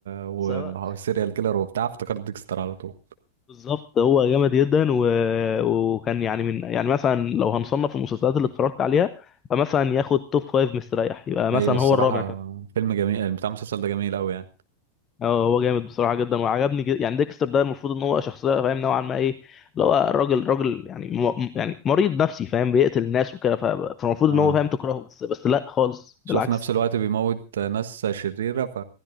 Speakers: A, on the right; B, on the left.
A: و...
B: سواء
A: وسيريال كيلر وبتاع افتكرت ديكستر على طول
B: بالظبط هو جامد جدا و... وكان يعني من يعني مثلا لو هنصنف المسلسلات اللي اتفرجت عليها فمثلا ياخد توب فايف مستريح يبقى
A: ايوه
B: مثلا
A: الصراحه
B: هو الرابع كمان
A: فيلم جميل بتاع المسلسل ده جميل قوي يعني
B: اه هو جامد بصراحه جدا وعجبني جدا يعني ديكستر ده المفروض ان هو شخصيه فاهم نوعا ما ايه اللي هو راجل راجل يعني م... يعني مريض نفسي فاهم بيقتل الناس وكده ف... فالمفروض
A: اه
B: ان هو فاهم تكرهه بس بس لا خالص
A: شوف
B: بالعكس
A: في نفس الوقت بيموت ناس شريره ف